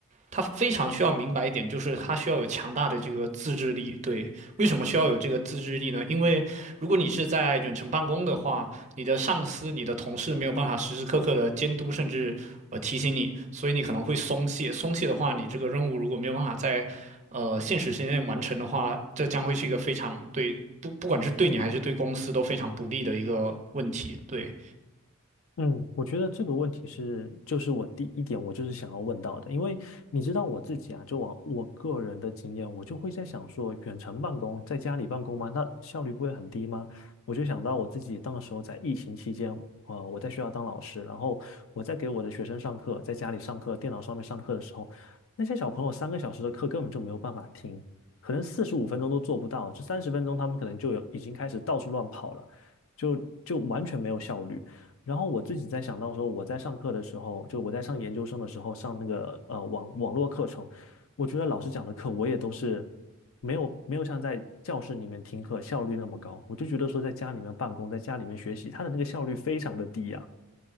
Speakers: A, on the right (about 35°); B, on the left (about 65°).
A: 他非常需要明白一点，就是他需要有强大的这个自制力。对，为什么需要有这个自制力呢？因为如果你是在远程办公的话，你的上司、你的同事没有办法时时刻刻的监督，甚至呃提醒你，所以你可能会松懈。松懈的话，你这个任务如果没有办法在呃现实时间内完成的话，这将会是一个非常对不不管是对你还是对公司都非常不利的一个问题。对，
B: 嗯，我觉得这个问题是，就是我第一点，我就是想要问到的，因为你知道我自己啊，就往我个人的经验，我就会在想说，远程办公，在家里办公吗？那效率不会很低吗？我就想到我自己当时候在疫情期间，呃，我在学校当老师，然后我在给我的学生上课，在家里上课，电脑上面上课的时候，那些小朋友三个小时的课根本就没有办法听，可能四十五分钟都做不到，这三十分钟他们可能就有已经开始到处乱跑了，就就完全没有效率。然后我自己在想到说，我在上课的时候，就我在上研究生的时候上那个呃网网络课程，我觉得老师讲的课我也都是没有没有像在教室里面听课效率那么高，我就觉得说在家里面办公，在家里面学习，他的那个效率非常的低呀、